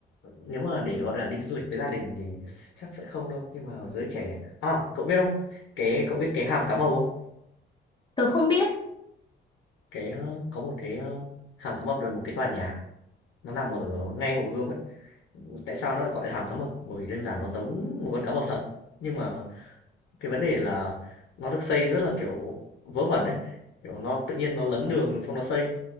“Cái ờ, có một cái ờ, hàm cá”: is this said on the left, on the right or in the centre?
Left